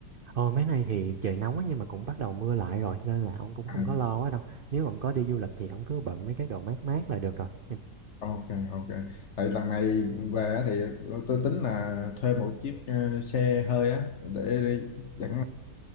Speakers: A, on the right; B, on the left.
A: Ồ mấy nay thì trời nóng á nhưng mà cũng bắt đầu mưa lại rồi nên là ông cũng không
B: à,
A: có lo quá đâu nếu mà ông có đi du lịch thì ông cứ bận mấy cái đồ mát mát là được rồi Ừ.
B: ok ok tại lần này về á thì tôi tính là thuê một chiếc ờ, xe hơi á để đi dẫn